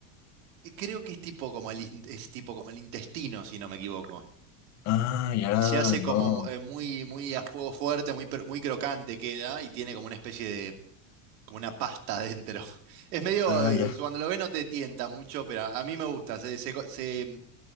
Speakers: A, on the right; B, on the left.
A: creo que es tipo como el, in- es tipo como el intestino, si no me equivoco.
B: Ah, ya,
A: Y se hace como
B: no, no.
A: mu- eh, muy, muy a fuego fuerte, muy, per- muy crocante queda, y tiene como una especie de como una pasta adentro. <laughs> Es medio,
B: Ah,
A: eh,
B: ya,
A: cuando lo ves no te tienta mucho, pero a a mí me gusta. Se, se, co- se-